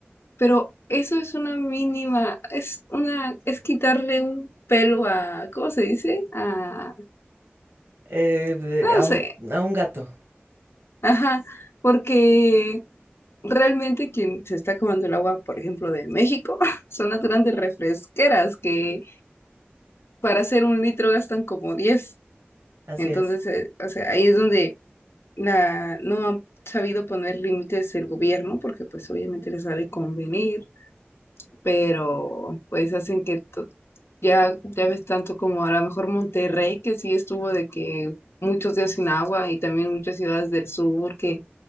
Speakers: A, on the left; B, on the right.
A: pero eso es una mínima, es una, es quitarle un pelo a, ¿cómo se dice? A,
B: Eh, de-
A: no
B: a
A: sé,
B: un, a un gato,
A: ajá, porque realmente quien se está acabando el agua, por ejemplo, de México, <laughs> son las grandes refresqueras que para hacer un litro gastan como diez
B: así
A: Entonces,
B: es.
A: eh, o sea, ahí es donde la, no han sabido poner límites el gobierno, porque pues obviamente les ha de convenir pero pues hacen que to- ya, ya ves tanto como a lo mejor Monterrey, que sí estuvo de que muchos días sin agua y también muchas ciudades del sur que